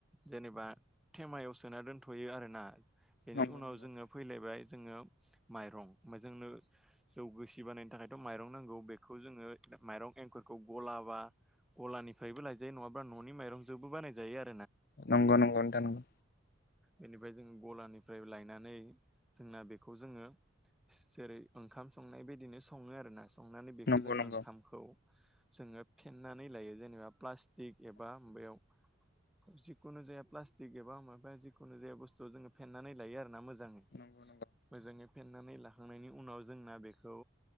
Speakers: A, in the centre; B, on the left.
A: जेनेबा थेमायाव सोना दोनथ'यो आरोना बेनि
B: नंगौ
A: उनाव
B: नंगौ
A: जोङो फैलायबाय जोङो माइरं जोंनो जौगसि बानायनो थाखायथ' माइरं नांगौ बे खौ जोङो माइरं एंखुर खौ गलाबा गलानिफ्रायबो लायजायो नङाब्ला न'नि माइरंजोंबो बानाय जायो आरो।
B: नंगौ नंगौ नोंथां नंगौ
A: बेनिफ्राय जों गलानिफ्राय लायनानै जोंना बेखौ जोङो जेरै ओंखाम संनाय बदिनो सङो आरो ना संनानै बेखौ
B: नंगौ
A: जों
B: नंगौ
A: ओंखामखौ जोङो फेन्नानै लायो जेनेबा प्लास्टिक एबा बेयाव जिखुनु जाया प्लास्टिक एबा माबा ज जिखुनु जाया बुस्थु जोङो फेेननानै लायो आरो ना मोजां मो
B: नंगौ
A: मोजाङै फेनानै लाखांनायनि उनाव जोंना बेखौ